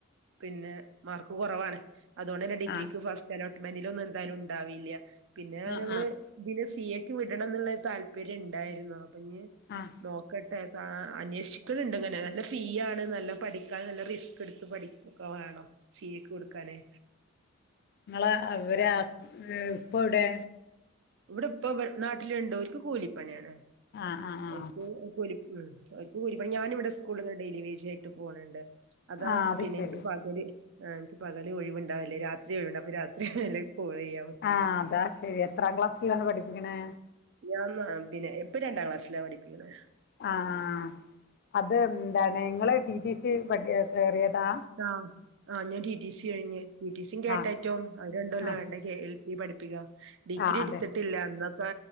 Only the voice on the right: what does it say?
പിന്നെ മാർക്ക് കൊറവാണ് അതോണ്ടന്നെ ഡിഗ്രിക്ക്
ഫസ്റ്റ് അലോട്ട്മെന്റിലൊന്നും എന്തായാലുണ്ടാവില്ല്യ പിന്നെ
ഞങ്ങള്
ഇതിന് സി എക്ക് വിടണംന്നുള്ള താല്പര്യം ഇണ്ടായിന്നു അപ്പൊ ഇഞ്
നോക്കട്ടെ ആഹ് അന്വേഷിക്ക് ണണ്ട്ങ്ങനെ നല്ല ഫീ ആണ് നല്ല പഠിക്കാൻ നല്ല റിസ്ക്ക്ടുത്ത് പഠി ഒക്കെ വേണം ഫീ കൊടുക്കാനേ.
ഇവടെ ഇപ്പ നാട്ടില്ണ്ട് ഓൽക്ക് കൂലിപ്പണിയാണ്.
അവർക്ക്
കൂലി ഉം ഓൽക്ക് കൂലിപ്പണിയാണ് ഞാനിവടെ സ്കൂള് ങ്ങനെ ഡെയിലി വേജായിട്ട് പോ ണണ്ട്. അതാ
പിന്നെ
ഇൻക്ക് പകല് ഏ എനിക്ക് പകല് ഒഴിവ് ണ്ടാവല് രാത്രിഒഴിവ്ണ്ട് അപ്പൊ രാത്രി കോൾ ചെയ്യാ
ഞാൻ ന്നാ പിന്നെ ഇപ്പ രണ്ടാം ക്ലാസ്സില പഠപ്പിക്കണേ.
ആഹ് ആഹ് ഞാൻ ടി ടി സി കഴിഞ്ഞ് ടി ടി സിം കെ
ടെറ്റും അത് രണ്ടൊല്ലംവേണ്ടേ.
എൽ പി പഠിപ്പിക്ക ഡിഗ്രി
എ
ട്‌ത്തിട്ടില്ല അന്നൊക്കെ